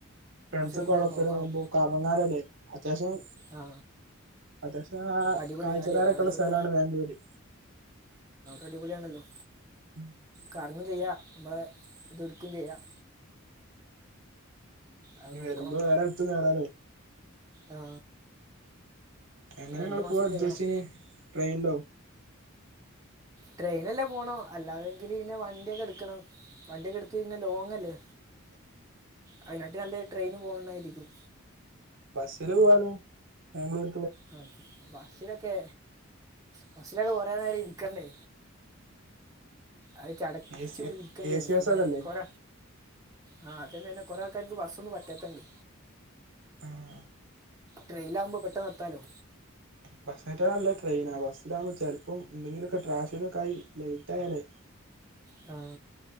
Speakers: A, on the right (about 60°); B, on the right (about 15°).
A: ഫ്രണ്ട്സ് ഒക്കെഅഡെപ്പോണത്
B: കഴിഞ്ഞ് നോക്കണം
A: കറങ്ങാനല്ലേ അത്യാവശ്യം
B: ആ
A: അത്യാവശ്യം ആ
B: അടിപൊളി
A: കാഴ്ചക്കാരൊക്കെ
B: അടി അടിപൊളി
A: ഉള്ള സ്ഥലാണ് ബാംഗ്ലൂര്
B: അടിപൊളി യാണല്ലോ
A: ഉം
B: കറങ്ങും ചെയ്യ നമ്മളെ ഇതടുക്കുകയും ചെയ്യാം അത്
A: ഇ
B: നോക്കണം
A: വരുമ്പോ വേറെ എടുത്ത് വരാലോ
B: ആ
A: എങ്ങനെങ്ങള്ൾ
B: രണ്ട് മാസം
A: പോവാ
B: കൂടി
A: ഉദ്ദേശിച്ച
B: കഴിയണം
A: ട്രെയിനിലോ
B: ട്രെയിനല്ലേ പോണം അല്ലാതെങ്കിൽ പിന്നെ വണ്ടിയൊക്കെ എടുക്കണം വണ്ടിയൊക്കെ എടുത്ത്ന്നെ ലോങ്ങ് അല്ലേ
A: <unintelligible>
B: അതിനാട്ട് നല്ല ട്രെയിന് പോകന്നായിരിക്കും
A: ബസ്സില് പോവാലോ ബാംഗ്ലൂർ
B: ആ ബസ്സിലൊക്കെ ബസ്സിലൊക്കെ കൊറേ നേരം ഇരിക്കണ്ടേ അത് ചടച്ചു
A: എ സി
B: വിക്കേണ്ടിരും
A: എ സി ബസ്സൊക്കെല്ലേ
B: പിന്നെ കൊറ ആഹ് അതന്നെ തന്നെ കൊറെ ആൾക്കാർക്ക് ബസ്സ് ഒന്നും പറ്റാത്തണ്ട്
A: ആഹ
B: ട്രെയിൻ ആവുമ്പോ പെട്ടെന്ന് എത്താലോ
A: ബസ്സിനേക്കാൾ നല്ല ട്രെയിനാ ബസ്സിലാകുമ്പോൾ ചിലപ്പോം എന്തെങ്കിലുമൊക്കെ ട്രാഫിക്ക ഒക്കെ ആയി ലേറ്റ് ആയാലേ <unintelligible>
B: ആ